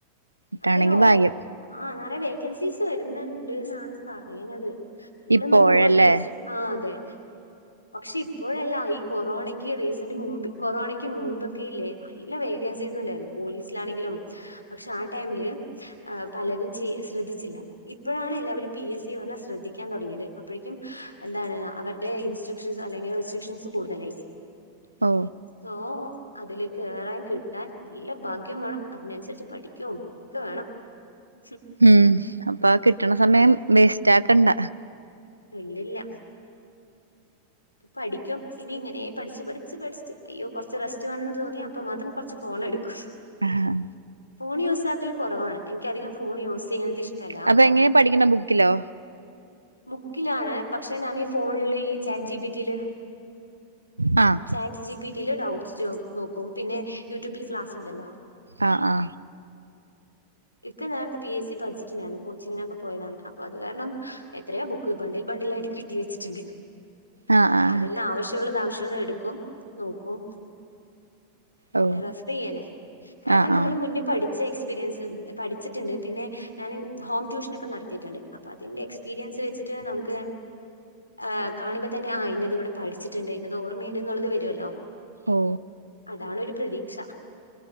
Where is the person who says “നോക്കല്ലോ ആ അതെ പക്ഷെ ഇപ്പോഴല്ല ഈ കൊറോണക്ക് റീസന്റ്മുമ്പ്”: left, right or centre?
Left